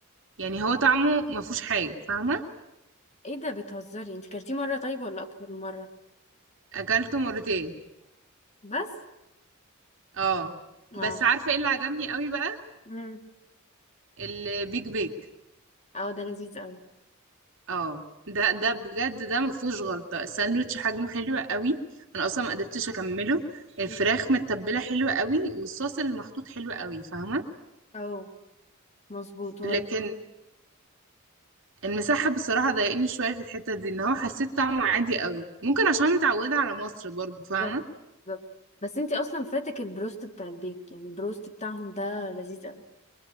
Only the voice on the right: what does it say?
يعني هو طعمه ما فيهوش حاجه فاهمه
اكلته مرتين
اه
بس عارفه ايه اللي عجبني قوي بقى
البيج بيك
اه ده ده بجد ده ما فيهوش غلطه الساندوتش حجمه حلو قوي انا اصلا ما قدرتش اكمله الفراخ
متبله حلوه قوي والصوص اللي محطوط حلو قوي فاهمه
لكن المساحه بصراحه ضايقني شويه في الحته دي ان هو حسيت طعمه عادي قوي ممكن عشان متعوده على مصر برضو فاهمه